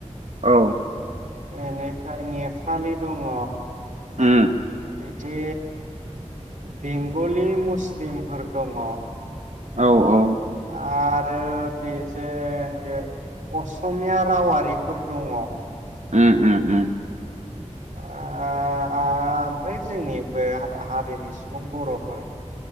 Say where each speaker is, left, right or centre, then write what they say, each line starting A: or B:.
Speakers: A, on the right; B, on the right.
A: औ।
B: इनिफ्राय नेट सालि दङ।
A: उम
B: <unintelligible> जे बेंगलि मुस्लिमफोर दङ।
A: औ औ।
B: आर आरो बेजों बे असमिया रावारिफोर दङ।
A: उम उम उम
B: ओमफ्राय जोंनि बे हारिनि सुबुं बर'फोर